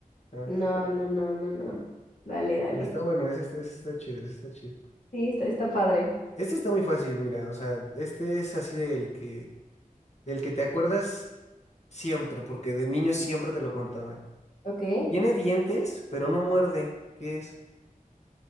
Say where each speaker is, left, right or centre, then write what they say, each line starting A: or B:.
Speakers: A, on the left (about 50°); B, on the left (about 70°).
A: ¿sabes?
B: no, no, no, no, no. Dale, dale.
A: Pero está bueno, ese está, ese está chido, ese está chido.
B: Sí, está, está padre.
A: Este está muy fácil, mira, o sea, este es así del que del que te acuerdas siempre, porque de niño siempre te lo contaban.
B: Ok,
A: Tiene dientes, pero no muerde. ¿Qué es?